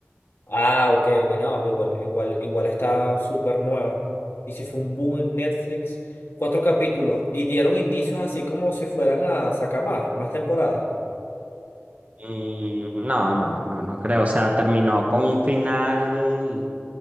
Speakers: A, on the left; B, on the right.
A: Ah, ok, ok, no, pero igual, igual, igual está súper nueva. Y si fue un boom en Netflix, cuatro capítulos y dieron indicios así como si fueran a sacar más, más temporadas.
B: Y no, no, no, no creo, o sea, terminó con un final,